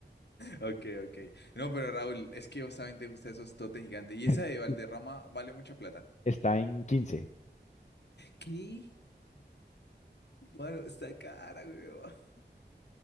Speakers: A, on the left; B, on the left.
A: Ok, ok. No, pero Raúl, es que vos también te gustan esos totes gigantes. Y
B: <laughs>
A: esa de Valderrama vale mucha plata.
B: Está en 15.
A: ¿Qué? Bueno, está cara, weón. <laughs>